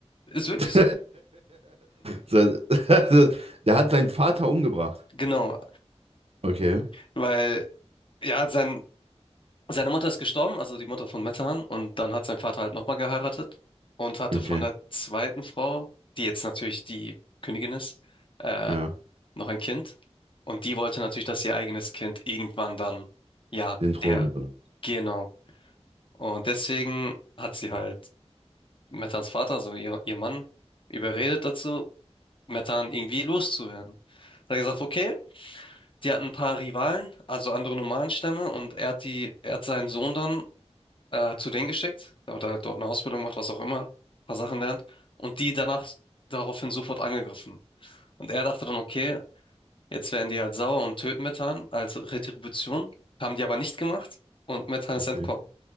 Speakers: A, on the left (about 50°); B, on the right (about 65°).
A: Ist wirklich
B: <laughs>
A: so.
B: So, <laughs> der hat seinen Vater umgebracht.
A: Genau,
B: Okay,
A: Weil, ja, sein, seine Mutter ist gestorben, also die Mutter von Metehan, und dann hat sein Vater halt nochmal geheiratet und hatte
B: okay,
A: von der zweiten Frau, die jetzt natürlich die Königin ist, äh,
B: ja.
A: noch ein Kind. Und die wollte natürlich, dass ihr eigenes Kind irgendwann dann, ja,
B: den Thron
A: der,
B: übernimmt.
A: genau. Und deswegen hat sie halt Metans Vater, also ihr, ihr Mann, überredet dazu, Metehan irgendwie loszuwerden. Hat er gesagt, okay, Die hatten ein paar Rivalen, also andere Nomadenstämme, und er hat die, er hat seinen Sohn dann äh, zu denen geschickt, damit er halt dort eine Ausbildung macht, was auch immer, ein paar Sachen lernt, und die danach daraufhin sofort angegriffen. Und er dachte dann, okay, jetzt werden die halt sauer und töten Methan als Retribution, haben die aber nicht gemacht und Methan ist
B: Okay.
A: entkommen.